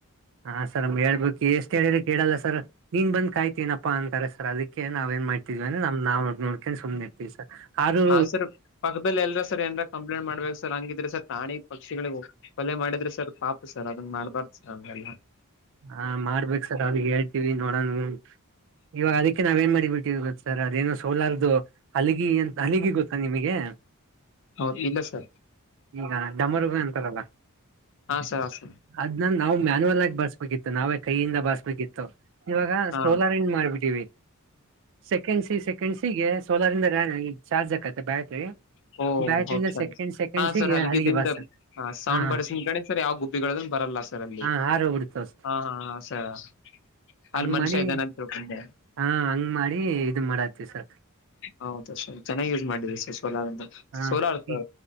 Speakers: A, on the right; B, on the left.
A: ಹಾ ಸರ್ ಹೇಳ್ಬೇಕು ಎಷ್ಟ್ ಹೇಳಿದ್ರೆ ಕೇಳಲ್ಲ ಸರ್ ನೀನ್ ಬಂದ ಕಾಯ್ತನಪ್ಪ ಅಂತರೆ ಸರ್ ಅದಕ್ಕೆ ನಾವ ಎನ್ ಮಾಡ್ತಿದ್ವಿ ಅ ನಮ್ ನಾವ್ ನೋಡ್ಕೊಂಡ ಸುಮ್ನ್ ಇರ್ತೀವಿ ಸರ್. ಆದ್ರೂ
B: ಹಾ ಸರ್ ಪಕ್ಕದದಲ್ಲಿ ಎಲ್ರ ಸರ್ ಏನಾರ ಕಂಪ್ಲೇಂಟ್ ಮಾಡ್ಬೇಕು ಸರ್ ಹಂಗಿದ್ರ ಸರ್ ಪ್ರಾಣಿ ಪಕ್ಷಿಗಳಿಗ ಕೊಲೆ ಮಾಡಿದ್ರೆ ಸರ್ ಪಾಪ ಸರ್ ಅದನ್ನ ಮಾಡ್ಬಾರ್ದು ಸರ್ ಹಂಗೆಲ್ಲ.
A: ಹಾ ಮಾಡ್ಬೇಕೇಕ್ ಸರ್ ಅವ್ರಿಗೆ ಹೇಳ್ತೀವಿ ನೋಡೋಣ. ಇವಾಗ ಅದಕ್ಕೆ ನಾವ ಏನ್ ಮಾಡಿಬಿಟ್ಟೀವಿ ಗೊತ್ತ ಸರ್ ಅವರ್ ಏನೋ ಸೋಲಾರದು ಹಲ್ಲಿಗಿ ಎಂತ ಹಲ್ಲಿಗೆ ಗೊತ್ತಾ ನಿಮಗೆ
B: ಹೌದು ಇಲ್ಲ ಸರ್
A: ಈಗ ಡಮರುಗ ಅಂತಾರಲ್ಲ
B: ಹಾ ಸರ್ ಹಾ ಸರ್
A: ಅದನ್ನ್ ನಾವ ಮ್ಯಾನಯುವಲ್ ಆಗಿ ಬರ್ಸ್ಬೇಕಿತ್ತು ನಾವೇ ಕೈಯಿಂದ ಬಸ್ಬೇಕಿತ್ತು ಇವಾಗ
B: ಹಾ
A: ಸೋಲಾರ್ ಇನ್ ಮಾಡ್ಬಿಟ್ಟವಿ ಸೆಕೆಂಡ್ ಸಿ ಸೆ ಕೆಂಡ್ ಸ್ಸಿಗೆ ಸೋಲಾರಿಂದ ಚಾರ್ಜ್ ಆಕತ್ತೆ ಬ್ಯಾಟ್ರಿ.
B: ಹೂ ಓ
A: ಬ್ಯಾಟ್ರಿಯಿಂದ
B: ಹೌದ ಸರ್
A: ಸೆಕೆಂಡ್ ಸೆಕೆಂಡ್ಸಿಗೆ
B: ಹಾ ಸರ್ ಹಲ್ಲಿಗ
A: ಹಲ್ಲಿಗೆ
B: ದಿಂದ
A: ಬಾರ್ಸ
B: ಸೌಂಡ್
A: ಹಾ
B: ಬರ್ಸನ್ ಕಡೆ ಸರ್ ಯಾವ ಗುಬ್ಬಿಗಳನ್ ಬರಲ್ಲ. ಸರ್ ಅಲ್ಲಿ
A: ಹಾ ಹಾರೋಗ ಬಿಡ್ತಾವ್ ಸರ್.
B: ಹಾ ಹಾ ಹ ಸರ್.
A: ಹಂಗ
B: ಅಲ್ಲಿ ಮನುಷ್ಯ
A: ಮಾಡಿ
B: ಇದ್ದಾನೆ ಅಂತ ತಿಳ್ಕೊಂಡೆ
A: ಹಾ ಹಂಗ ಮಾಡಿ ಇ ಮಾಡತ್ತವಿ ಸರ್.
B: ಹೌದ ಸ ಚೆನ್ನಾಗಿ ಯೂಸ್ ಮಾಡಿದ್ರ ಸ ಸೋಲಾರ್ ಅಂದ
A: ಹಾ
B: ಸೋಲಾರ್
A: ಈ
B: ಅ